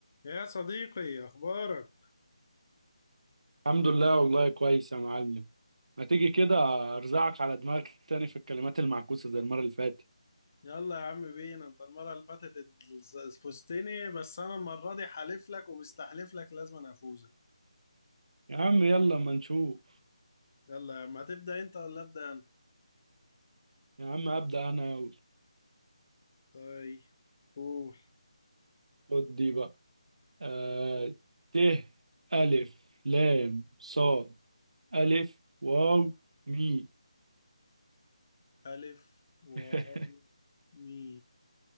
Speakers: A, on the left; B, on the right.
A: يا صديقي اخبارك
B: الحمد لله والله كويس يا معلم ما تيجي كده ارزعك على دماغك تاني في الكلمات المعكوسة زي المرة اللي فاتت
A: يلا يا عم بينا انت المره اللي فاتت اتز- فزتني بس انا المره دي حالف لك ومستحلف لك لازم أنا افوزك
B: يا عم يلا ما نشوف
A: يلا يا عم هتبدا انت ولا ابدا انا
B: يا عم ابدأ انا يلا
A: طيب قول
B: خد دي بقى آه ت الف لام صاد الف واو مي
A: الف و
B: <laughs>
A: مي